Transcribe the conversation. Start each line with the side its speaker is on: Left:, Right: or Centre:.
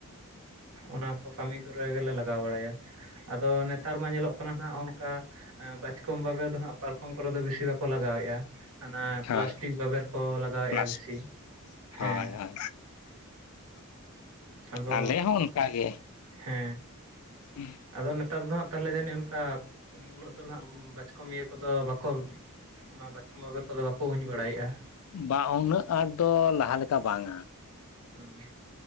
Right: ᱚᱱᱟ ᱠᱚ ᱠᱟᱹᱢᱤ ᱠᱚᱨᱮ ᱜᱮᱞᱮ ᱞᱟᱜᱟᱣ ᱵᱟᱲᱟᱭᱟ ᱾ ᱟᱫᱚ ᱱᱮᱛᱟᱨ ᱢᱟ ᱧᱮᱞᱚᱜ ᱠᱟᱱᱟ ᱦᱟᱸᱜ ᱚᱱᱠᱟ ᱮᱸ ᱵᱟᱪᱠᱚᱢ ᱵᱟᱵᱮᱨ ᱫᱚ ᱦᱟᱸᱜ ᱯᱟᱨᱠᱚᱢ ᱠᱚᱨᱮ ᱫᱚ ᱵᱤᱥᱤ ᱵᱟᱠᱚ ᱞᱟᱜᱟᱣᱮᱜᱼᱟ ᱾ ᱦᱟᱱᱟ
Left: ᱦᱳᱭ
Right: ᱯᱞᱟᱥᱴᱤᱠ ᱵᱟᱵᱮᱨ ᱠᱚ ᱞᱟᱜᱟᱣᱮᱜᱼᱟ
Left: ᱯᱞᱟᱥ
Right: ᱵᱮᱥᱤ ᱦᱮᱸ᱾
Left: ᱦᱳᱭ ᱦᱳᱭ
Right: ᱟᱫᱚ
Left: ᱟᱞᱮ ᱦᱚᱸ ᱚᱱᱠᱟᱜᱮ
Right: ᱦᱮᱸ᱾
Left: <inaudible>
Right: ᱟᱫᱚ ᱱᱮᱛᱟᱨ ᱫᱚ ᱦᱟᱸᱜ ᱛᱟᱦᱞᱮ ᱡᱟᱹᱱᱤᱡ ᱚᱱᱠᱟ ᱩᱱᱟᱹᱜ ᱫᱚ ᱱᱟᱦᱟᱸᱜ ᱵᱟᱪᱠᱚᱢ ᱤᱭᱟᱹ ᱠᱚᱫᱚ ᱵᱟᱠᱚ ᱱᱟ ᱵᱟᱪᱠᱚᱢ ᱵᱟᱵᱮᱨ ᱠᱚᱫᱚ ᱵᱟᱠᱚ ᱩᱧ ᱵᱟᱲᱟᱭᱮᱜᱼᱟ᱾
Left: ᱵᱟ ᱩᱱᱟᱹᱜ ᱟᱸᱴ ᱫᱚ ᱞᱟᱦᱟ ᱞᱮᱠᱟ ᱵᱟᱝᱟ᱾
Right: ᱚᱸ